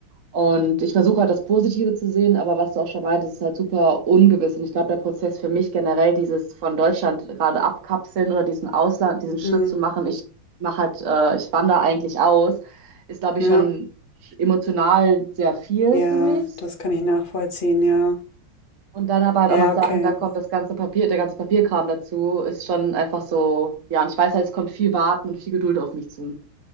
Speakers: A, on the right; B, on the left.
A: Und ich versuche halt das Positive zu sehen, aber was du auch schon meintest, ist halt super ungewiss. Und ich glaube, der Prozess für mich generell, dieses von Deutschland gerade abkapseln oder diesen Ausland, diesen Schritt
B: Mhm.
A: zu machen, ich mache halt, äh, ich wandere eigentlich aus, ist, glaube ich,
B: Ja,
A: schon emotional sehr viel
B: ja,
A: für mich.
B: das kann ich nachvollziehen, ja.
A: Und dann aber halt
B: Ja,
A: auch noch
B: okay.
A: sagen, da kommt das ganze Papier, der ganze Papierkram dazu, ist schon einfach so, ja, und ich weiß halt, es kommt viel Warten und viel Geduld auf mich zu.